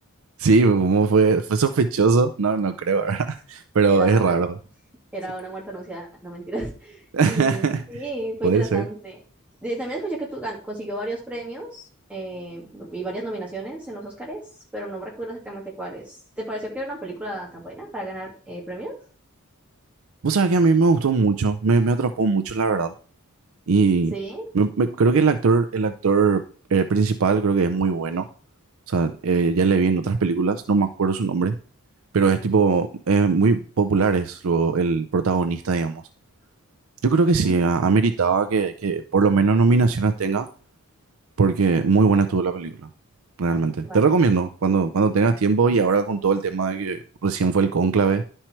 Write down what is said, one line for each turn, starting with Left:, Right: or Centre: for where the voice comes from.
Right: Sí, como fue, fue sospechoso, no, no creo, ¿verdad? <laughs> Pero
Centre: Era
Right: es raro.
Centre: una, era
Right: sí.
Centre: una muerte anunciada, no mentiras. <laughs>
Right: <laughs>
Centre: Y sí, fue
Right: Puede
Centre: interesante.
Right: ser.
Centre: De- también escuché que tú gan- consiguió varios premios eh, no, y varias nominaciones en los Oscars, pero no recuerdo exactamente cuáles. ¿Te pareció que era una película tan buena para ganar eh, premios?
Right: Vos sabés que a mí me gustó mucho, me, me atrapó mucho, la verdad. Y
Centre: Sí.
Right: me- me- creo que el actor, el actor eh, principal creo que es muy bueno. O sea, eh, ya le vi en otras películas, no me acuerdo su nombre, pero es tipo, eh, muy popular es lo, el protagonista, digamos. Yo creo que sí,
Centre: Mm,
Right: a- ameritaba que, que por lo menos nominaciones tenga, porque muy buena estuvo la película, realmente.
Centre: vaya.
Right: Te recomiendo, cuando, cuando tengas tiempo y ahora con todo el tema de que recién fue el cónclave,